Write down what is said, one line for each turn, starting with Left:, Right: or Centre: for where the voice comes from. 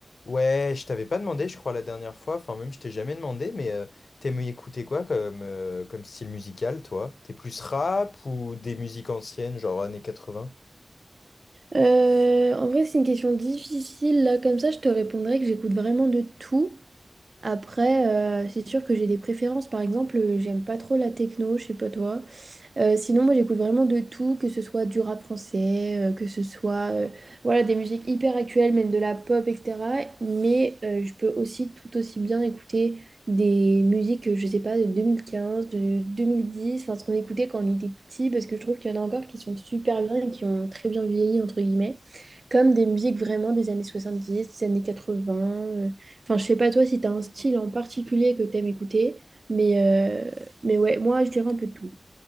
Left: Ouais, je t'avais pas demandé, je crois, la dernière fois. Enfin, même, je t'ai jamais demandé, mais euh, t'aimes écouter quoi comme, euh, comme style musical, toi? T'es plus rap ou des musiques anciennes, genre années 80?
Right: Euh, en vrai, c'est une question difficile. Là, comme ça, je te répondrais que j'écoute vraiment de tout. Après, euh, c'est sûr que j'ai des préférences. Par exemple, euh, j'aime pas trop la techno, je sais pas toi. Euh, sinon, moi, j'écoute vraiment de tout, que ce soit du rap français, euh, que ce soit euh, voilà, des musiques hyper actuelles, même de la pop, etc. Mais euh, je peux aussi tout aussi bien écouter des musiques, euh, je sais pas, de 2015 de 2010 enfin, ce qu'on écoutait quand on était petit, parce que je trouve qu'il y en a encore qui sont super bien et qui ont très bien vieilli, entre guillemets, comme des musiques vraiment des années soixante dix des années 80. euh. Enfin, je sais pas toi si tu as un style en particulier que tu aimes écouter, mais, euh, mais ouais, moi, je dirais un peu de tout.